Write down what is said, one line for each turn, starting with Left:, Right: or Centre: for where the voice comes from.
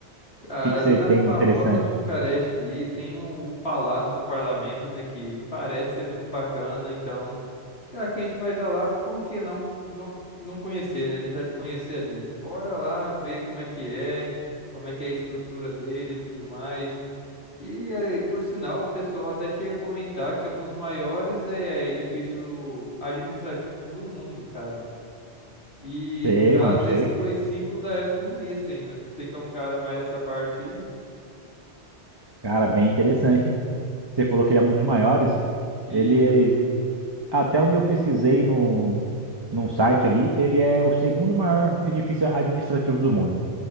Left: Cara,
Right: que que
Left: ali
Right: você
Left: na
Right: tem
Left: famosa
Right: de interessante?
Left: Bucareste ali tem o Palácio do Parlamento, né, que parece ser muito bacana, então já que a gente vai estar lá, por que não, não não conhecer, né? Deixar de conhecer ali. Bora lá ver como é que é, como é que é a estrutura dele e tudo mais. E aí, por sinal, o pessoal até chega a comentar que é um dos maiores eh, edifícios administrativos do mundo, cara. E,
Right: Sei,
Left: no caso,
Right: mano, sei.
Left: esse foi símbolo da era comunista ainda. Você que é um cara mais dessa parte aí.
Right: Cara, bem interessante, hein? Você falou que ele é um dos maiores.
Left: Isso.
Right: Ele Até onde eu pesquisei no, num site ali, ele é o segundo maior edifício administrativo do mundo.